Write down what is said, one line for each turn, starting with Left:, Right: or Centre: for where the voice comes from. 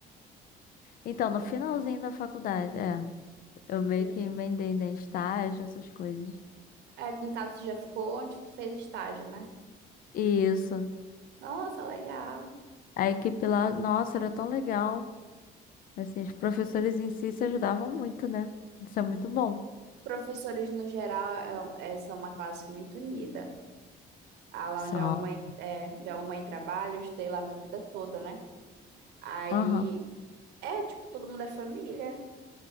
Left: Então,
Right: Ou-
Left: no finalzinho da faculdade, é. Eu
Right: hum,
Left: meio que emendei, né? Estágio, essas coisas.
Right: É, no caso, você já ficou onde tu fez estágio, né?
Left: E Isso.
Right: Nossa, legal.
Left: A equipe lá, nossa, era tão legal. Assim, os professores em si se ajudavam muito, né? Isso é muito bom.
Right: Professores, no geral, é- é- são uma classe muito unida. Ah, lá
Left: São.
Right: onde a mãe, é, onde a mãe trabalha, eu estudei lá minha vida toda, né? Aí,
Left: Aham.
Right: é, tipo, todo mundo é família.